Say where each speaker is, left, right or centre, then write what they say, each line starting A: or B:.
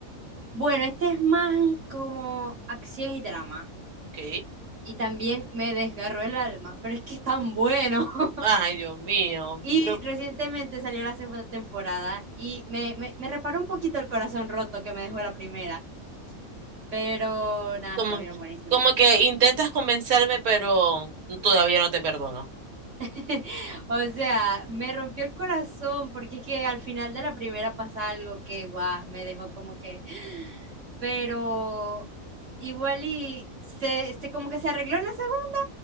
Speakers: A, on the right; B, on the right.
A: Bueno, este es más como acción y drama.
B: Ok.
A: Y también me desgarró el alma, pero es que es tan bueno. <laughs>
B: Ay, Dios mío,
A: Y
B: pero
A: recientemente salió la segunda temporada y me, me, me reparó un poquito el corazón roto que me dejó la primera. Pero nada,
B: como,
A: estuvieron buenísimas.
B: como que intentas convencerme, pero todavía no te perdono.
A: <laughs> O sea, me rompió el corazón porque es que al final de la primera pasa algo que, guau, me dejó como que... <gasps> Pero igual y se, se como que se arregló en la segunda,